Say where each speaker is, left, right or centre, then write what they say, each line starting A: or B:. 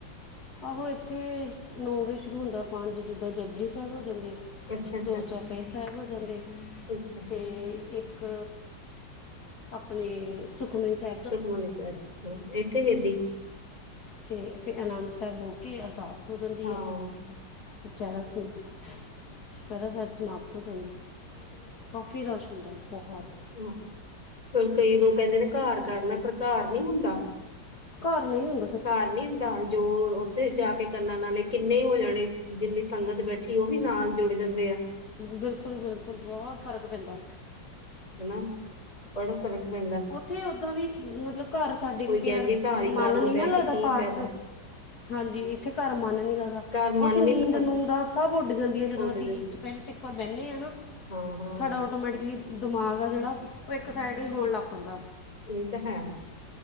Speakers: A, on the left; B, on the left.
A: ਆਹੋ ਐਥੇ ਨੋ ਵਜੇ ਸ਼ੁਰੂ ਹੁੰਦਾ ਪਾੰਜ ਜਿੱਦਾਂ ਜਪਜੀ ਸਾਈਬ ਹੋ ਜਾਂਦੇ ਐ।
B: ਅੱਛਾ-ਅੱਛਾ,
A: ਦੋ ਚੋਪਈ ਸੈਬ ਹੋ ਜਾਂਦੇ,
B: ਅੱਛਾ ਅੱਛਾ
A: ਤੇ ਏਕ ਇੱਕ, ਆਪਣੇ ਸੁਖਮਨੀ ਸੈਬ
B: ਸੁਖਮਨੀ ਸੈਬ, ਏਥੇ ਵੀ ਏਂਦਾ ਈ
A: ਤੇ ਫੇਰ ਆਨੰਦ ਸੈਬ ਹੋ ਕੇ, ਅਰਦਾਸ ਹੋ ਜਾਂਦੀ
B: ਹਾਂ,
A: ਐ। ਤੇ <unintelligible> ਚੋਪੈਰ ਸੈਬ ਸਮਾਪਤ ਹੋ ਜਾਂਦਾ ਕਾਫੀ ਰਾਸ਼ ਹੁੰਦਾ ਬੋਹਤ
B: ਹ, ਪਰ ਕਈ ਲੋਕ ਕੈਂਦੇ ਨੇ ਘਾੱਰ ਕਾਰ ਲਾ, ਪਰ ਘਾੱਰ ਨੀ ਹੁੰਦਾ
A: ਘਾੱਰ ਨੀ ਹੁੰਦਾ ਸ
B: ਘਾੱਰ ਨੀ ਹੁੰਦਾ ਜੋ ਓ ਜਾ ਕੇ ਕਰਨਾ ਨਾਲੇ ਕਿਨੇ ਹੋ ਜਾਣੇ, ਜਿਨੀ ਸੰਗਤ ਬੈਠੀ ਓਵੀ ਨਾਲ ਜੁੜ ਜਾਂਦੇ ਆ।
A: ਬਿਲਕੁਲ, ਬਿਲਕੁਲ ਬੋਹਤ ਫ਼ਰਕ ਪੈਂਦਾ
B: ਹਨਾ- ਬੜਾ ਫ਼ਰਕ ਪੈਂਦਾ
A: ਉਥੇ ਓਦਾਂ ਵੀ ਮਤਲਬ ਘਾੱਰ ਸਾਡੇ
B: ਕੋਈ
A: ਕੋਲ ਕਈ
B: ਕਹਿਣਗੇ
A: ਵਾਰ
B: ਘਰ ਹੀ
A: ਮਨ
B: ਕਰਲੋ
A: ਨੀ
B: ਬਹਿ
A: ਲੱਗਦਾ
B: ਕੇ ਕੀ
A: ਪਾਠ
B: ਫਾਇਦਾ
A: <unintelligible> ਹਾਂਜੀ, ਇੱਥੇ ਘਾੱਰ ਮਨ ਨੀ ਲੱਗਦਾ,
B: ਘਰ
A: ਓਥੇ
B: ਮਨ
A: ਨੀਦ
B: ਵੀ ਨੀ
A: ਨੂੰਦਾਂ ਸਭ ਉੱਡ ਜਾਂਦੀਆਂ ਜਦੋਂ
B: ਉੱਡ
A: ਅਸੀ
B: ਜਾਂਦੀ
A: ਚੁਪੈਰੇ ਤੇ ਏਕ ਵਾਰ ਬੈਨੇ ਆ ਨਾ,
B: ਹਾਂ-ਹਾਂ
A: ਸਾਡਾ ਓਟੋਮੈਟਿਕਲੀ ਦਮਾਗ ਆ ਜੇੜਾ, ਓ ਏਕ ਸਾਈਡ ਈ ਹੋਣ ਲਾੱਗ ਪੈਂਦਾ
B: ਏ ਤਾਂ ਹੈਂ।